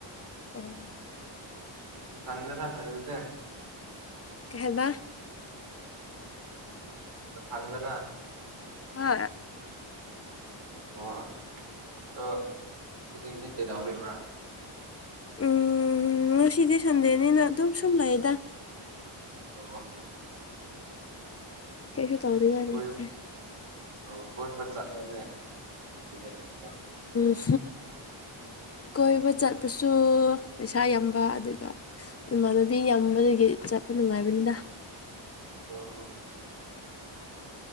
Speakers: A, on the left; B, on the right.
A: ꯎꯝ
B: ꯊꯅꯔꯅꯏ ꯇꯁꯦ
A: ꯀꯍꯕꯥ
B: ꯄꯗ꯭ꯔ
A: ꯍ
B: ꯑꯣ ꯍꯧꯖꯤꯛꯗꯤꯛ ꯀꯩꯗꯥꯎ ꯂꯩꯕ꯭ꯔꯥ
A: ꯎꯝ ꯉꯁꯤꯗꯤ ꯁꯟꯗꯦꯅꯤꯅ ꯑꯗꯨꯝ ꯁꯨꯝ ꯂꯩꯥꯛꯗ
B: ꯑꯣ
A: ꯀꯩꯁꯨ ꯇꯧꯅꯤꯡꯉꯥꯏ
B: ꯀꯣꯏ
A: ꯂꯩꯇ꯭ꯔꯦ
B: ꯑꯣ ꯍꯣꯏ ꯄꯣꯏ ꯆꯠꯂꯣꯅꯦ ꯆꯠꯗꯅꯦꯗ
A: ꯎꯝ ꯀꯣꯏꯕ ꯆꯠꯄꯁꯨ ꯄꯩꯁꯥ ꯌꯥꯝꯕ ꯑꯗꯨꯒ ꯏꯃꯥꯟꯅꯕꯤ ꯌꯥꯝꯕꯗꯒꯤ ꯆꯠꯄ ꯅꯨꯡꯉꯥꯏꯕꯅꯤꯗ
B: ꯑ